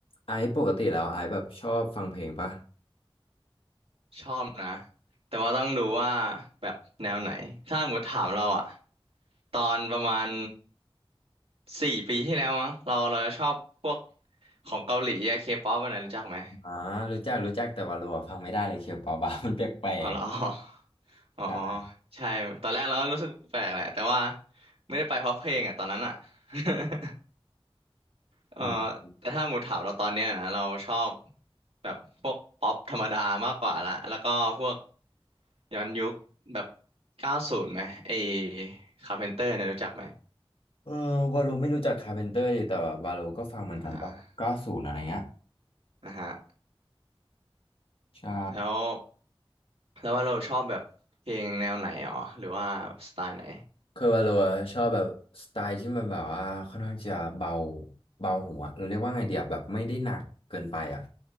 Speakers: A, on the left; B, on the right.
A: ไอซ์ปกติแล้วไอซ์แบบชอบฟังเพลงปะ
B: ชอบนะแต่ว่าต้องดูว่าแบบแนวไหนถ้าหมดถามเราอะตอนประมาณสี่ปีที่แล้วมั้งเราเราจะชอบพวกของเกาหลีอะเคป๊อปอะไรรู้จักไหม
A: อ่ารู้จักรู้จักแต่วาโลอะฟังไม่ได้เลยเคียวปาบา <laughs> มันแปลก
B: อ๋อเหรอ <laughs>
A: ๆใช่
B: อ๋ออ๋อใช่ตอนแรกเราก็รู้สึกแปลกแหละแต่ว่าไม่ได้ไปเพราะเพลงอะตอนนั้นอะ <laughs> เออ
A: อืม
B: แต่ถ้าหมูถามเราตอนเนี้ยนะเราชอบแบบพวกป๊อปธรรมดามากกว่าละแล้วก็พวก ย้อนยุคแบบเก้าศูนย์ไหมไอ้คาร์เพนเตอร์เนี่ยรู้จักไหม
A: เออวาโลไม่รู้จักคาร์เพนเตอร์ดีแต่แบบวาโลก็ฟังเหมือนกันแบบเก้าศูนย์อะไรเงี้ย
B: อ่านะฮะ
A: ใช่
B: แล้วแล้วว่าเราชอบแบบเพลงแนวไหนอ๋อหรือว่าสไตล์ไหน
A: คือว่าเราอะชอบแบบสไตล์ที่มันแบบว่าค่อนข้างจะเบาเบาหัวเราเรียกว่าไงเดียแบบไม่ได้หนักเกินไปอ่ะ